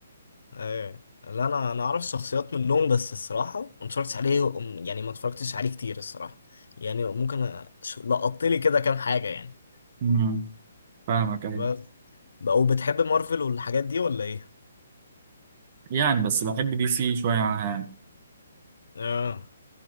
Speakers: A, on the left; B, on the right.
A: ايه لا انا انا اعرف شخصيات منهم بس الصراحه ما اتفرجتش عليه يعني ما اتفرجتش عليه كتير الصراحه يعني ممكن أ- ش- لقطت لي كده كام حاجه يعني
B: امم فاهمك أيوة
A: بس بقى وبتحب مارفل والحاجات دي ولا ايه
B: يعني بس بحب دي سي شوية عنها يعني
A: اه